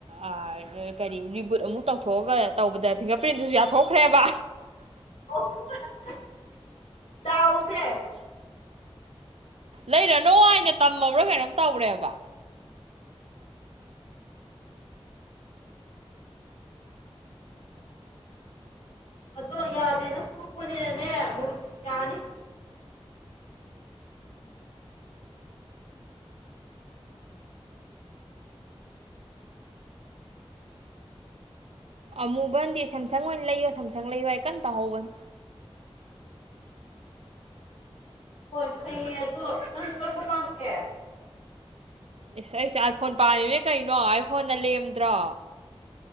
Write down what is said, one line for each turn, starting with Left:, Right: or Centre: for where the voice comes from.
Right: ꯑꯥ ꯀꯔꯤ ꯔꯤꯕꯨꯠ ꯑꯃꯨꯛ ꯇꯧꯊꯣꯛꯑꯒ ꯇꯧꯕꯗ ꯐꯤꯡꯒꯔ ꯄ꯭ꯔꯤꯟꯗꯨꯨꯁꯨ ꯌꯥꯊꯣꯛꯈ꯭ꯔꯦꯕ
Left: <unintelligible> ꯗꯥꯎꯁꯦ
Right: ꯂꯩꯔꯅꯣ ꯍꯥꯏꯅ ꯇꯝꯃꯕ꯭ꯔꯥ ꯀꯩꯅꯣꯝ ꯇꯧꯔꯦꯕ
Left: ꯑꯗꯣ ꯌꯥꯗꯦꯅ ꯈꯪꯍꯧꯕꯅꯤꯅꯅꯦ ꯑꯃꯨꯛ ꯌꯥꯅꯤ
Right: ꯑꯃꯨꯕꯅꯗꯤ ꯁꯥꯝꯁꯪ ꯑꯣꯏꯅ ꯂꯩꯌꯣ ꯁꯥꯝꯁꯪ ꯂꯩꯌꯣ ꯍꯥꯏ ꯀꯟꯅ ꯇꯧꯍꯧꯕꯅꯤ
Left: ꯍꯣꯏ ꯐꯩꯌꯦ ꯑꯗꯣ ꯅꯪ ꯀꯔꯝꯕ ꯄꯥꯝꯒꯦ
Right: ꯏꯁꯁ ꯑꯩꯁꯦ ꯑꯥꯏꯐꯣꯟ ꯄꯥꯝꯃꯤꯃꯦ ꯀꯩꯅꯣ ꯑꯥꯏ ꯐꯣꯟꯗ ꯂꯦꯝꯗ꯭ꯔꯣ